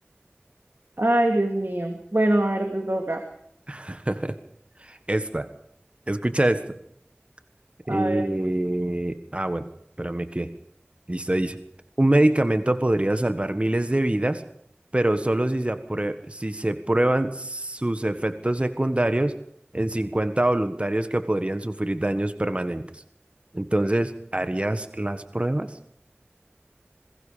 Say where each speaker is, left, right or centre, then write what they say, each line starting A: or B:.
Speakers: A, on the right (about 65°); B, on the right (about 30°).
A: Ay, Dios mío. Bueno, a ver, te toca.
B: <laughs> Esta, escucha esta. Eh,
A: A ver.
B: ah, bueno, espérame que. Listo, dice. Un medicamento podría salvar miles de vidas, pero solo si se aprue- si se prueban sus efectos secundarios en 50 voluntarios que podrían sufrir daños permanentes. Entonces, ¿harías las pruebas?